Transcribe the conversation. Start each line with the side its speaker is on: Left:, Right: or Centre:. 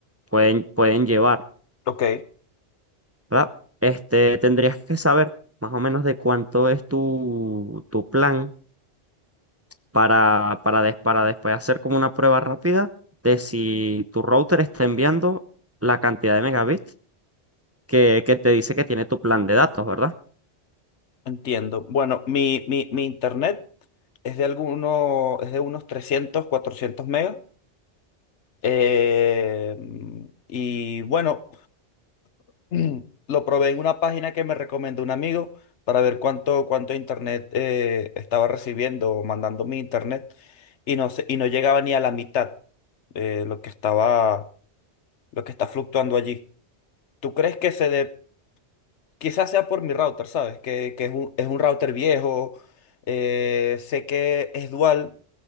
Right: pueden, pueden llevar,
Left: Ok.
Right: ¿verdad? Este, tendrías que saber más o menos de cuánto es tu, tu plan para, para, des- para después hacer como una prueba rápida de si tu router está enviando la cantidad de megabits que, que te dice que tiene tu plan de datos, ¿verdad?
Left: Entiendo. Bueno, mi, mi, mi internet es de alguno, es de unos trescientos cuatrocientos megas. Eh, y bueno, <clears throat> lo probé en una página que me recomendó un amigo para ver cuánto, cuánto internet eh, estaba recibiendo o mandando mi internet. Y no sé, y no llegaba ni a la mitad eh, lo que estaba, lo que está fluctuando allí. ¿Tú crees que se dé Quizás sea por mi router, ¿sabes? Que, que es un, es un router viejo. eh, sé que es dual,